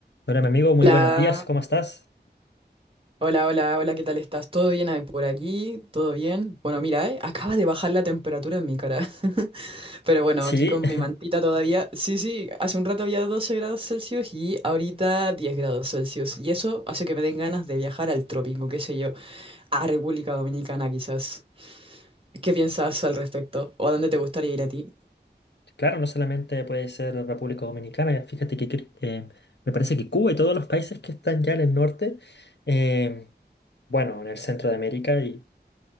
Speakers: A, on the left; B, on the right.
A: Hola, mi amigo, muy
B: Hola,
A: buenos días, ¿cómo estás?
B: hola, hola, hola, ¿qué tal estás? ¿Todo bien ahí por aquí? ¿Todo bien? Bueno, mira, eh, acaba de bajar la temperatura en mi cara. <laughs> Pero bueno,
A: Sí,
B: aquí con
A: <laughs>
B: mi mantita todavía. Sí, sí, hace un rato había 12 grados Celsius y ahorita 10 grados Celsius. Y eso hace que me den ganas de viajar al trópico, qué sé yo, a República Dominicana quizás. ¿Qué piensas al respecto? ¿O a dónde te gustaría ir a ti?
A: claro, no solamente puede ser República Dominicana, fíjate que cre- eh, me parece que Cuba y todos los países que están ya en el norte, em, bueno, en el centro de América, y,